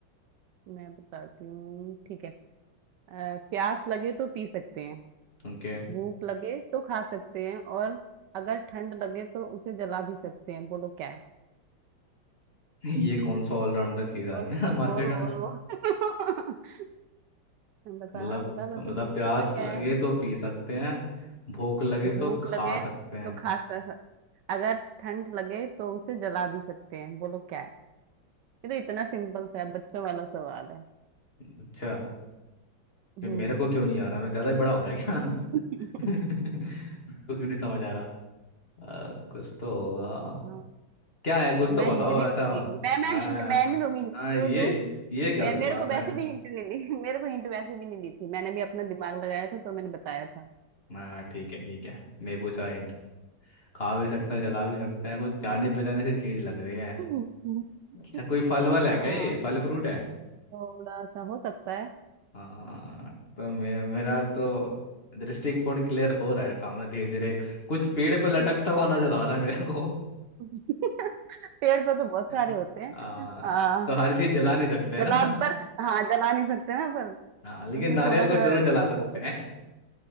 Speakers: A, on the right (about 75°); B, on the left (about 30°).
A: मैं बताती हूँ ठीक है अ, प्यास लगे तो पी सकते हैं
B: ओके
A: भूख लगे तो खा सकते हैं और अगर ठंड लगे तो उसे जला भी सकते हैं बोलो क्या है
B: ये कौन सा ऑलराउंडर चीज आ
A: बोल
B: गया
A: बोल
B: <laughs> मार्केट
A: बोल
B: में
A: बोल बोल <laughs> बता
B: मतलब
A: बता बता
B: मतलब
A: जल्दी
B: प्यास
A: बता क्या
B: लगे
A: है
B: तो पी सकते हैं भूख लगे
A: भूख
B: तो खा
A: लगे
B: सकते हैं
A: तो खा सक अगर ठंड लगे तो उसे जला भी सकते हैं बोलो क्या है ये तो इतना सिंपल सा है बच्चों वाला सवाल है
B: अच्छा
A: हम्म
B: ये मेरे को क्यों नहीं आ रहा मैं ज्यादा ही बड़ा हो गया क्या <laughs>
A: <laughs>
B: मेरे को क्यों नहीं समझ आ रहा अ, कुछ तो होगा
A: हाँ,
B: क्या है कुछ
A: अब मैं
B: तो बताओ
A: हिंट नहीं
B: ऐसा
A: दूंगी
B: वाला
A: मैं मैं
B: हाँ
A: हिंट मैं नहीं दूंगी hint।
B: हाँ
A: क्यों
B: ये
A: दूं
B: ये गलत
A: मैं मेरे
B: बात
A: को
B: है
A: वैसे भी हिंट नहीं दी <laughs> मेरे को हिंट वैसे भी नहीं दी थी मैंने भी अपना दिमाग लगाया था तो मैंने बताया था
B: हाँ ठीक है ठीक है नींबू चाय हिंट खा भी सकते हैं जला भी सकते हैं कुछ जाने पहचाने से चीज लग रही है
A: <laughs> हम्म, हम्म,
B: अच्छा कोई फल वल है
A: हाँ
B: क्या ये फल फ्रूट है
A: थोड़ा सा हो सकता है
B: हाँ तो मे, मेरा तो दृष्टिकोण क्लियर हो रहा है सामने धीरे धीरे कुछ पेड़
A: हम्म।
B: पे लटकता हुआ नजर आ रहा है मेरे को
A: <laughs> पेड़ पे तो बहुत सारे
B: <laughs>
A: होते हैं
B: आ,
A: आ,
B: तो हर चीज जला नहीं सकते है
A: जला
B: ना
A: पर हाँ जला नहीं सकते ना पर
B: हाँ लेकिन
A: उसमें
B: नारियल
A: थोड़ा
B: को
A: सा
B: जरूर जला
A: तो-
B: सकते हैं